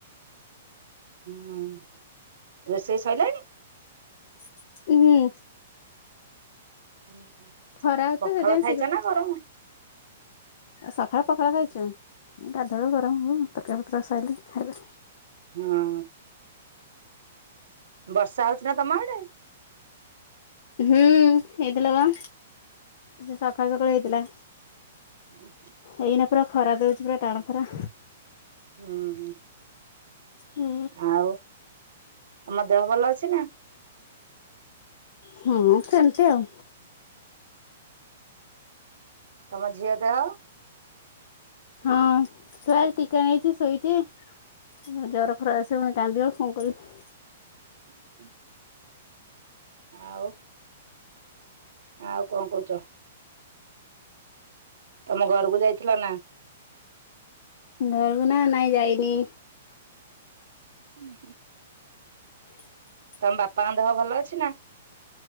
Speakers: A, on the right; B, on the left.
A: ହୁଁ ରୋଷେଇ ସରିଲାଣି।
B: ହୁଁ।
A: ଉୁଁ ହୁଁ
B: ଖରା ହଉଛି
A: ପଖାଳ
B: ତ ସେଥିପାଇଁ
A: ଖାଇଛ ନା ଗରମ?
B: ସଖାଳେ ପଖାଳ ଖାଇଚୁ। ଗାଧୁଆ ବେଳକୁ ଗରମ ହବ ତରକାରି ପତ୍ର ସବୁ ସରିଲେ ଖାଇବା।
A: ହୁଁ। ବର୍ଷା ହଉଛି ନା ତମ ଆଡେ।
B: ହୁଁ ହେଇଥିଲା ବା। ସେ ସକାଳୁ ସକାଳୁ ହେଇଥିଲା।
A: <unintelligible>
B: ଏଇନା ପୁରା ଖରା ଦଉଛି ପୁରା ଟାଣ ଖରା।
A: ହୁଁ, ହୁଁ
B: ହୁଁ
A: ଆଉ ତମ ଦେହ ଭଲ ଅଛି ନା।
B: ହୁଁ, ସେମତି ଆଉ
A: ତମ ଝିଅ ଦେହ
B: ହଁ, ଛୁଆ ଟିକେ ନେଇକି ଶୋଇଛି। ଉଁ ଜର ଫର ଆସିବ ଫୁଣି କାନ୍ଦିବ କଣ କରବି।
A: <unintelligible> ଆଉ। ଆଉ କଁ କହୁଛ। ତମ ଘରକୁ ଯାଇଥିଲ ନା।
B: ଘରକୁ ନା ନାଇଁ ଯାଇନି।
A: ଉଁ, ହୁଁ।
B: <unintelligible>
A: ତମ ବାପାଙ୍କ ଦେହ ଭଲ ଅଛି ନା।